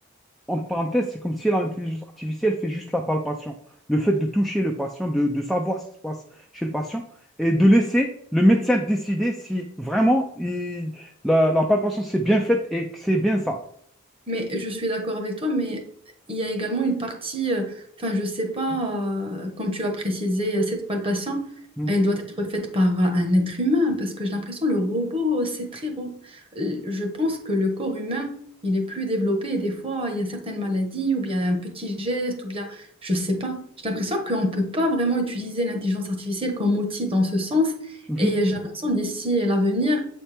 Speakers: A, in the centre; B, on the right (about 25°).
A: entre parenthèses, c'est comme si l'intelligence artificielle fait juste la palpation. le fait de toucher le patient, de, de savoir ce qui se passe chez le patient et de laisser le médecin décider si vraiment il- la, la palpation s'est bien faite et que c'est bien ça.
B: Mais je suis d'accord avec toi, mais il y a également une partie, euh, enfin, je sais pas, euh, comme tu l'as précisé, cette palpation,
A: Mm.
B: elle doit être faite par un être humain, parce que j'ai l'impression le robot, euh, c'est très robot. Je pense que le corps humain, il est plus développé, et des fois, il y a certaines maladies, ou bien un petit geste, ou bien, je sais pas. J'ai l'impression qu'on ne peut pas vraiment utiliser l'intelligence artificielle comme outil dans ce sens,
A: Mhm.
B: et j'ai l'impression d'ici à l'avenir,